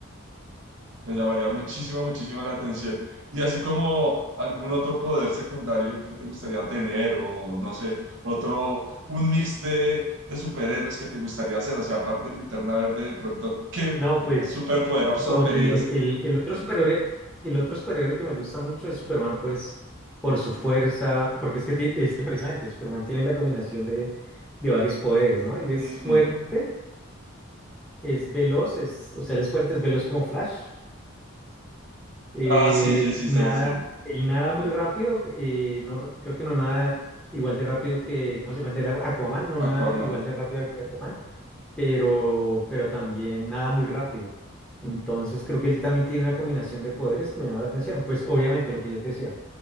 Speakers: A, on the right (about 60°); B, in the centre.
A: Me llamaría muchísimo, muchísimo la atención. Y así como algún otro poder secundario que te gustaría tener, o no sé, otro, un mix de, de superhéroes que te gustaría hacer. O sea, aparte del Linterna Verde, de pronto, ¿qué
B: No, pues,
A: superpoder
B: ah,
A: absorberías?
B: como te dije, el, el otro superhéroe, el otro superhéroe que me gusta mucho es Superman, pues, por su fuerza, porque es que, ti- es que precisamente Superman tiene la combinación de, de varios poderes, ¿no? Él es
A: Ujú.
B: fuerte, es veloz, es, o sea, él es fuerte, es veloz como Flash, eh,
A: Ah, sí, sí, sí,
B: nada,
A: sí, sí. sí.
B: él nada muy rápido, eh, no, r- creo que no nada igual de rápido que, ¿cómo se llama el del agua? Aquaman, no nada
A: Aquaman.
B: igual de rápido que Aquaman, pero, pero también nada muy rápido. Entonces creo que él también tiene una combinación de poderes que me llama la atención. Pues obviamente lo que yo te decía,